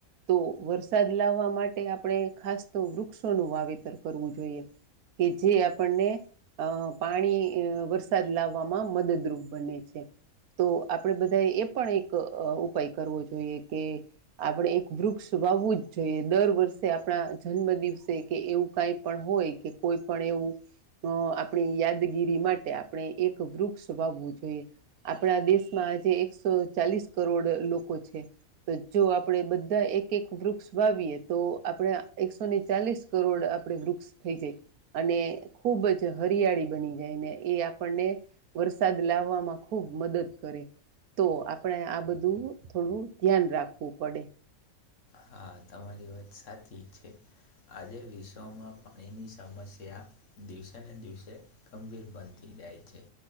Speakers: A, on the right; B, on the left.
A: તો વરસાદ લાવવા માટે આપણે ખાસ તો વૃક્ષોનું વાવેતર કરવું જોઈએ. કે જે આપણને અ પાણી વરસાદ લાવવામાં મદદરૂપ બને છે. તો આપણેે બધાએ એ પણ એક ઉપાય કરવો જોઈએ કે આપણે એક વૃક્ષ વાવવું જ જોઈએ દર વર્ષે આપણા જન્મ દિવસે કે એવું કઈ પણ હોય. કે કોઈ પણ એવું. અ આપણી યાદગીરી માટે આપણે એક વૃક્ષ વાવવું જોઈએ. આપણા દેશમાં જે એકસો ચાલીસ કરોડ લોકો છે. તો જો આપડે બધા એક એક વૃક્ષ વાવીયએ તો આપડણે એકસો ને ચાલીસ. કરોડ આપડે વ્રુક્ષસ થઈ જાય અને ખૂબ જ હરિયાળી બની જાય ને એ આપણને વરસાદ લાવવામાં ખૂબ મદદ કરે તો આપણે આ બધું થોડું ધ્યાન રાખવું પડે.
B: હા તમારી વાત સાચી છે. આજે વિશ્વમાં પાણીની સમસ્યા દિવસે ને દિવસે. ગંભીર બનતી જાય છે.